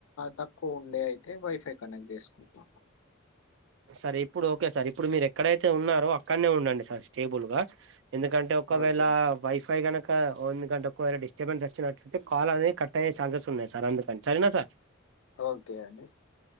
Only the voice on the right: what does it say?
సర్ ఇప్పుడు ఓకే సార్ ఇప్పుడు మీరు ఎక్కడైతే ఉన్నారో అక్కడనే ఉండండి సార్ స్టేబుల్ గా ఎందుకంటే ఒకవేళ
వైఫై గనక ఎందుకంటే ఒకవేళ డిస్టబెన్స్ వచ్చినట్లైతే కాల్ అనేది కట్ అయ్యే ఛాన్సెస్ ఉన్నాయి సార్ అందుకని సరెనా సార్